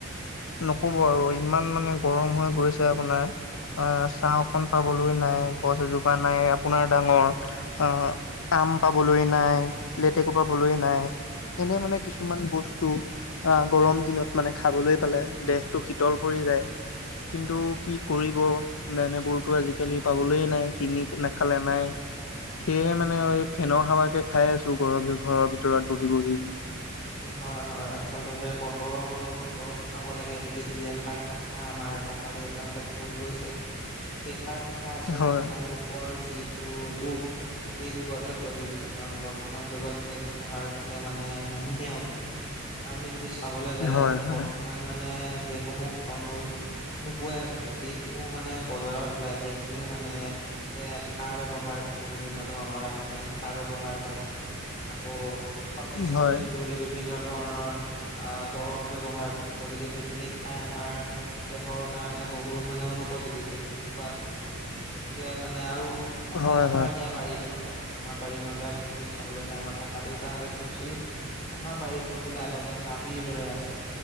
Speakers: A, on the left; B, on the left.
A: নক'ব আৰু ইমান মানে গৰম হৈ গৈছে আপোনাৰ আ, ছাহ অকণ পাবলৈ নাই, গছ এজোপা নাই আপোনাৰ ডাঙৰ আ, আম পাবলৈ নাই, লেতেকু পাবলৈ নাই এনে মানে কিছু ছুমান বস্তু আ, গৰম দিনত মানে খাবলৈ পালে দেহটো শীতল পৰি যায়। কিন্তু কি কৰিব এনেবোৰতো আজিকালি পাবলৈ নাই, কিনি নাখালে নাই। সেয়েহে মানে আৰু এই ফেনৰ হাৱাকে খাই আছোঁ ঘৰৰ বিহ-ঘৰৰ ভিতৰত বহি বহি।
B: হয় হয়, আচলতে সেই বতৰৰ ফল বতৰত খাব লাগে বুলি যি এষাৰ কথা আমাৰ ককা দেউতাহঁতে কৈ গৈছে সেইষাৰ কথা আচলতে
A: হয়,
B: তেওঁলোকৰ যিটো যুগ সেই যুগতহে প্ৰযোজ্য কাৰণ বৰ্তমান যুগত সেই কথাষাৰ ক'লে মানে হাঁহিহে উঠে। আপুনি যদি চাবলে যায়
A: হয়,
B: এতিয়া
A: হয়,
B: বৰ্তমান ইমান মানে সেইসমূহ ফল মূল নোপোৱায়ে হৈছোঁ, যিসমূহ মানে বজাৰত ওলাই সেইখিনিও মানে সেয়ে সাৰ ব্যৱহাৰ কৰি বিভিন্ন ধৰণৰ, ৰাসায়নিক সাৰ ব্যৱহাৰ কৰে। আকৌ সতেজ
A: হয়,
B: কৰি ৰাখিবলৈ বিভিন্ন ধৰণৰ আ, দৰৱ ব্যৱহাৰ কৰে গতিকে সেইখিনিক খাই আমাৰ দেহৰ কাৰণে বহুত মানে অনুপযোগী সেইখিনিক খোৱাটো গতিকে মানে আৰু তাতে
A: হয়,
B: আমাৰ
A: হয়,
B: এতিয়া বাৰীখনতে আমাৰ বাৰীখনতে আপুনি যদি চাবলৈ যায় আমাৰ ককা দেউতাহঁতে কৈছিল আমাৰ বাৰীখন বোলে আগতে হাবিৰ দৰে আছিল,